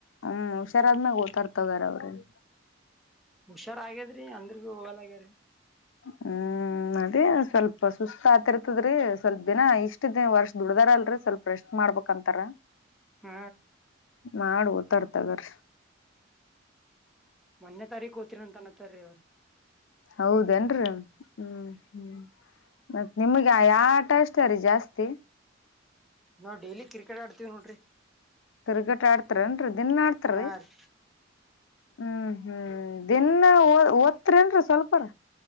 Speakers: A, on the left; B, in the centre.
A: ಹ್ಮ್ ಹುಷಾರಾದ್ಮ್ಯಾಗ ಓತಾರ್ತಗಾರ ಅವ್ರು ಹ್ಮ
B: ಹುಷಾರ್ ಆಗ್ಯದ್ರಿ ಅಂದ್ರ ಬಿ ಹೋಗಲ್ಗ್ಯಾರೀ
A: ಹ್ಮ್ ಅದೇ ಸ್ವಲ್ಪ ಸುಸ್ತ ಆತಿರ್ತದ್ರಿ ಸ್ವಲ್ಪ ದಿನ ಇಷ್ಟ ದಿನ ವರ್ಷ ದುಡ್ದಾರಲ್ರರಿ ಸ್ವಲ್ಪ ರೆಷ್ಟಟ್ ಮಾಡ್ಬಂತಾರ
B: ಹ
A: ನಾ ತರ್ತದರ
B: ಒನ್ನೇ ತಾರೀಕು ಹಓ್ತರಿ ಅಂತ ಅನತ್ತಾರೀ ಅವ್ರು
A: ಹೌದೇನ್ರಿ ಹ್ಮ್ ಹ್ಮ್ ಮತ್ತತ್ ನಿಮಗ ಯಾ ಊಟ ಇಷ್ಟತಾರಿೀ ಜಾಸ್ತಿ
B: ನಾವು ಡೈಲಿ ಕ್ರಿಕೆಟ್ ಆಡ್ವಿ. ನೋಡ್ರಿ.
A: ಕ್ರಿಕೆಟ್ ಆಡ್ತಾರನ್ ರೀ. ಇದನ್ ಮಾಡಡ್ತಾರೀ
B: ಹಾ ರೀ
A: ಹ್ಮ್ ಹ್ಮ್ ದಿನಾ ಒತ್ರಿೇನ್ರಿೀ ಸ್ವಲ್ಪರ